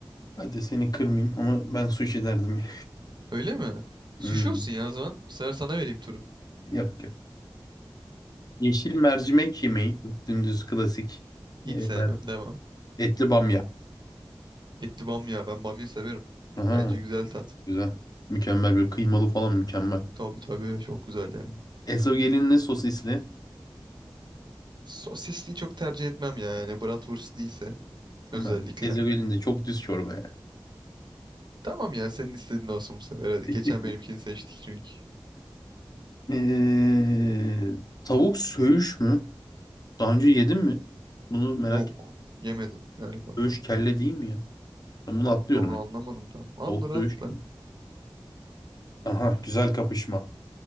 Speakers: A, on the left (about 45°); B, on the right (about 55°).
A: Hadi seni kırmayayım ama ben sushi derdim. ya.
B: Öyle mi? Sushi
A: Hmm,
B: olsun ya o zaman. Bu sefer sana vereyim turu.
A: yok ki. Yeşil mercimek yemeği. bu Dümdüz klasik.
B: Hiç
A: Ee,
B: sevmem.
A: mer-
B: Devam.
A: etli bamya.
B: Etli bamya. Ben bamya severim.
A: Aha,
B: Bence güzel tat.
A: güzel. Mükemmel bir kıymalı falan mükemmel.
B: Tabii tabii çok güzel yani.
A: Ezogelinli sosisli.
B: Sosisli çok tercih etmem ya. Yani bratwurst değilse
A: Ama
B: özellikle.
A: ezogelin de çok düz çorba ya.
B: Tamam ya senin istediğin olsun bu sefer hadi.
A: <laughs>
B: Geçen benimkini seçtik çünkü.
A: Ee, tavuk söğüş mü? Daha önce yedim mi? Bunu merak
B: Yok.
A: et.
B: Yemedim galiba.
A: Söğüş kelle değil mi ya? Ben bunu atlıyorum.
B: Allah anlamadım tam. Al
A: Tavuk
B: rahatla.
A: söğüş değil. Aha güzel kapışma.